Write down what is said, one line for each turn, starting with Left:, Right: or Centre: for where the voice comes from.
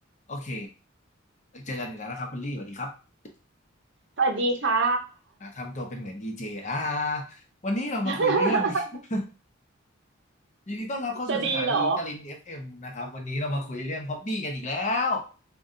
Left: โอเคเจอกันอีกแล้วนะครับคุณลี่สวัสดีครับ
Right: สวัสดีค่ะ
Left: อ่าทำตัวเป็นเหมือนดีเจอ่าวันนี้เรามาคุยเรื่อง
Right: <laughs>
Left: <laughs> ยินดีต้อนรับเข้าสู่สถานีกลินเอฟเอ็มนะครับวันนี้เรามาคุยเรื่องฮ็อบบี้กันอีกแล้ว
Right: จะดีเหรอ